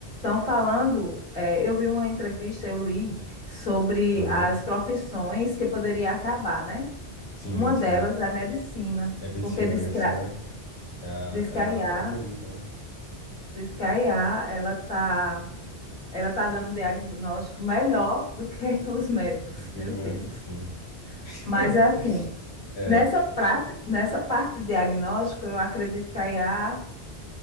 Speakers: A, on the left (about 50°); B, on the left (about 80°).
A: falando, é, eu vi uma entrevista, eu li sobre
B: Aham.
A: as profissões que poderia acabar, né?
B: Sim,
A: Uma
B: sim.
A: delas é a medicina,
B: É medicina.
A: porque diz
B: A medicina
A: que a,
B: é a,
A: diz
B: é
A: que a IA,
B: a favorita, né?
A: diz que a IA, ela tá, ela tá dando diagnóstico melhor do que <laughs> os médicos.
B: De queijo
A: Meu
B: médico,
A: Deus.
B: sim. <laughs>
A: Mas é assim,
B: É.
A: nessa prática, nessa parte de diagnóstico, eu acredito que a IA